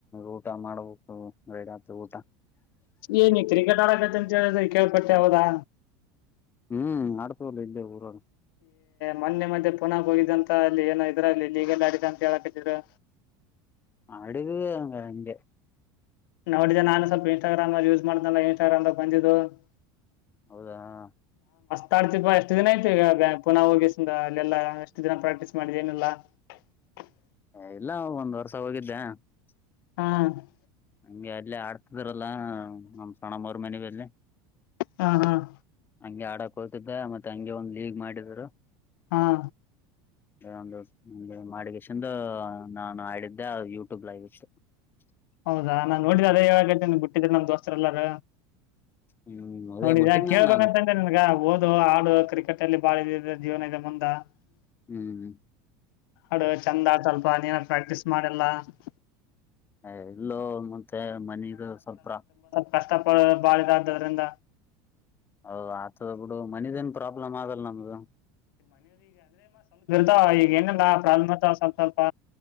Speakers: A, on the left (about 20°); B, on the left (about 75°).
A: ಊಟ ಮಾಡ್ಬೇಕು ರೈಡ ಹತ್ ಊಟ
B: ಏನ ಕ್ರಿಕೆಟ್ ಆಡಕತ್ತ ಅಂತ ಹೇಳಿದ್ರ ಕೇಳ್ಪಟ್ಟೆ ಯಾವದಾ
A: ಹ್ಮ್ ಆಡ್ಕೊಬುದು ಇಲೆ ಪೂರ
B: ಮೊನ್ನೆ ಮದೆ ಪುನಾಗ ಹೋಗಿದ್ದಂತ ಅಲ್ಲಿ ಏನ ಇದ್ರ ಅಲ್ಲಿ ಇಲ್ಲಿ ಈಗೆಲ್ಲ ಅಡ ಅಂತ ಹೇಳಾಕಿದ್ರು
A: ಅಡುಗ ನಿಂದ <inaudible>
B: ನೋಡಿದ್ದ ನಾನು ಸ್ವಲ್ಪ ಇನ್ಸ್ಟಾಗ್ರಾಮ ಯೂಸ್ ಮಾಡ್ದಲ್ಲ ಇನ್ಸ್ಟಾಗ್ರಾಮಾಗ ಬಂದಿದ್ದು <unintelligible>
A: ಹೌದಾ <unintelligible>
B: ತಾಡ್ತಿ ಎಷ್ಟು ದಿನ ಯತೆತಿ ಈಗ್ಯಾ ಪುನಃ ಹೋಗಿಸಸ <unintelligible> ಲ್ಯಲ ಎಷ್ಟು ದಿನ ಪ್ರಾಕ್ಟೀಸ್ ಮಾಡಿದೆ ಏನಲ್ಲ <unintelligible>
A: ಹ ಇಲ್ಲ ಒಂದ್ ವರ್ಷ ಹೋಗಿದ್ದೆ <unintelligible>
B: ಹಾ <unintelligible>
A: ಹಂಗೆ ಅಲ್ಲೇ ಆಡ್ <unintelligible> ಯ ಲ್ಲ ನಮ್ಮ್ ಸಣ್ಣ ಮ <unintelligible> ಮನೆಗೆ ಹೋದ್ರೆ <unintelligible>
B: ಹಾ ಹಾ <unintelligible>
A: ಹಂಗೆ ಆಡಕ್ ಹೋತಿದ್ದ ಮತ್ತೆ ಹಂಗೆ ಒಂದ್ ಲೀಗ್ ಮಾಡಿದ್ರು <unintelligible>
B: ಹಾ <unintelligible>
A: ಒಂದು ನ ಮಾಡಿಗೆೇಶನ್ ನಾನು ಆಡಿದ್ದೆ ಅದು ಯೂಟ್ಯೂಬ್ ಲೈವ್ ಇತ್ತು <unintelligible>
B: ಹೌದಾ ನಾನ್ ನೋಡಿದ್ದ ಅದೇ ಏಳ ಗಂಟೆ ಬಿಟ್ಟಿದಿ ನಮ್ ದೋಸ್ತರೆ ಎಲ್ಲಾರ
A: ಹ್ಮ್ ಅದೇ
B: ನೋಡಿದ
A: ಬಿಟ್ಟಿದ್ನಲ್
B: ಕೇಳ್ಬೇಕಂತಂದ್ರೆ
A: ನಾನು
B: ನನ್ಗ ಓದು ಹಾಡು ಕ್ರಿಕೆಟ್ ಅಲ್ಲಿ ಬಾಳ <unintelligible> ಜೀವನದ ಮುಂದ <unintelligible>
A: ಹ್ಮ್
B: ಅಡು ಚಂದ ಸ್ಲ್ಪ ನೀನ ಪ್ರಾಕ್ಟೀಸ್ ಮಾಡೆಲ್ಲ <unintelligible>
A: ಹ ಎಲ್ಲೋ <unintelligible> ಮತ್ತೆ ಮನದು ಸ್ವಲ್ಪ <unintelligible>
B: ಕಷ್ಟಪಡ ಬಾಳಿಗೆ್ದದ್ರಿಂದ
A: ಹೌದ ಆತದ ಬಿಡು ಮನದೇನ್ ಪ್ರಾಬ್ಲಮ್ ಆಗಲ್ಲ ನಮ್ದು
B: ದ ಈ ಏನಂಗ ಪ್ರಾಬ್ಮ್ ಅ ಸ್ವಲ್ಪ ಸ್ವಲ್ಪ